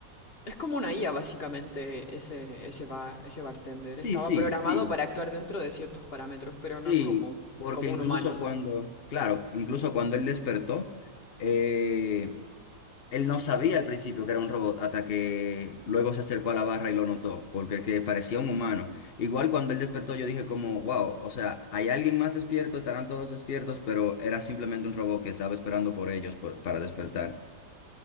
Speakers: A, on the left (about 35°); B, on the left (about 65°).
A: Es como una IA, básicamente, ese, ese, ba- ese bartender. Estaba
B: Sí, sí,
A: programado
B: sí.
A: para actuar dentro de ciertos parámetros, pero no
B: Sí,
A: como,
B: porque
A: como
B: incluso
A: un humano, ¿no?
B: cuando, claro, incluso cuando él despertó, eh, él no sabía al principio que era un robot hasta que luego se acercó a la barra y lo notó, porque que parecía un humano. Igual cuando él despertó yo dije como, wow, o sea, hay alguien más despierto, estarán todos despiertos, pero era simplemente un robot que estaba esperando por ellos por- para despertar.